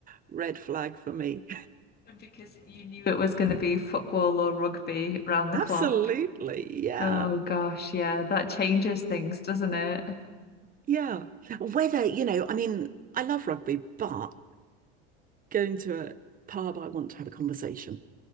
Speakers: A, on the right; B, on the left.
A: red flag for me.
B: And because you knew It was going to be football or rugby round the
A: Absolutely.
B: clock.
A: Yeah.
B: Oh gosh, yeah, that changes things, doesn't it?
A: Yeah. Whether, you know, I mean, I love rugby, but going to a pub, I want to have a conversation